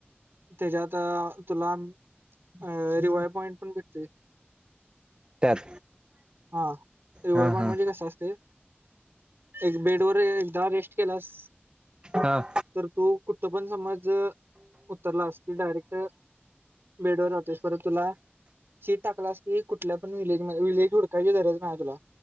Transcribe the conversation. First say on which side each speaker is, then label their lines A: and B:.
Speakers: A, on the right; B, on the right.
A: त्यांच्यात तुला अ रिवाय पॉईंट पण भेटतात
B: त्यात
A: हा रिवाय
B: हां
A: पाँइंट
B: हां
A: म्हणजे कसं असते एक बेड वर एकदा रेस्ट केलास
B: हां
A: तर तू कुठं पण समज उतरलास की डायरेक्ट बेडवर राहतोस परत तुला शीट टाकलास की कुठल्या पण व्हिलेजमध्ये व्हिलेजवर टाकायची गरज नाही तुला